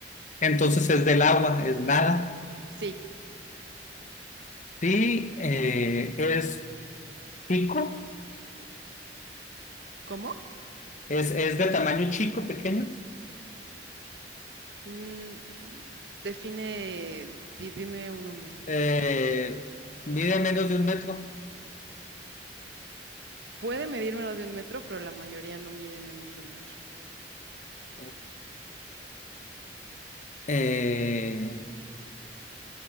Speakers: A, on the left; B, on the right.
A: entonces es del agua, es nada.
B: sí.
A: Sí, eh, es pico.
B: ¿Cómo?
A: Es, es de tamaño chico, pequeño.
B: Mm, define, di- dime un número.
A: Eh, mide menos de un metro.
B: Puede medir menos de un metro, pero la mayoría no mide menos de un metro.
A: Ok. Eh,